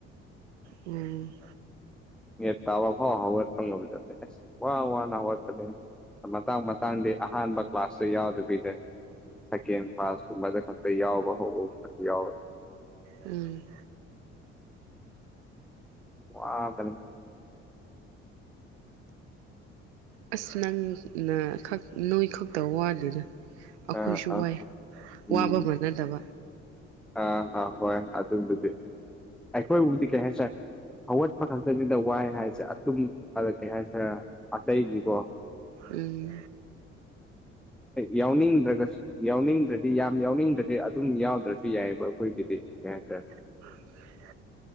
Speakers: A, on the right (about 70°); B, in the centre.
A: ꯎꯝ
B: ꯗꯥꯕ ꯐꯥꯎ ꯍꯋꯥ ꯂꯧꯕꯦ ꯋꯥꯍ ꯋꯥꯍ ꯅꯍꯋꯥ ꯃꯇꯥꯡ ꯃꯇꯥꯡꯗꯤ ꯑꯍꯥꯟꯕ ꯀ꯭ꯂꯥꯁꯇꯣ ꯌꯥꯎꯗꯕꯤꯗ ꯁꯦꯀꯦꯟ ꯐꯥꯁꯀꯨꯝꯕꯗ ꯈꯛꯇ ꯌꯥꯎꯕ ꯍꯧꯕꯒꯨꯝ ꯌꯥꯎ
A: ꯎꯝ
B: ꯋꯥꯕꯅꯤ
A: ꯑꯁ ꯅꯪꯅ ꯅꯣꯏ ꯈꯛꯇ ꯋꯥꯗꯔ ꯑꯩꯈꯣꯏꯁꯨ
B: ꯑꯥ ꯑꯥ
A: ꯋꯥꯏ
B: ꯎꯝ
A: ꯋꯥꯕ ꯃꯥꯟꯅꯗꯕ
B: ꯑꯥ ꯑꯥ ꯍꯣꯏ ꯑꯗꯨꯝꯕꯗꯤ ꯑꯩꯈꯣꯏꯕꯨꯗꯤ ꯀꯩ ꯍꯥꯏꯁꯔꯦ ꯑꯋꯥꯠꯄ ꯈꯛꯇꯅꯤꯗ ꯋꯥꯏ ꯍꯥꯏꯁꯦ ꯑꯗꯨꯨꯝ ꯑꯗ ꯀꯩ ꯍꯥꯏꯁꯤꯔꯦ ꯑꯇꯩꯅꯤꯀꯣ
A: ꯎꯝ
B: ꯌꯥꯎꯅꯤꯡ ꯅ꯭ꯔ ꯌꯥꯎꯅꯤꯡꯗ꯭ꯔꯗꯤ ꯌꯥꯝ ꯌꯥꯎꯅꯤꯡꯗ꯭ꯔꯗꯤ ꯑꯗꯨꯝ ꯌꯥꯎꯗ꯭ꯔꯁꯨ ꯌꯥꯏꯑꯕ ꯑꯩꯈꯣꯏꯒꯤꯗꯤ ꯀꯇꯥꯔꯦ
A: <unintelligible>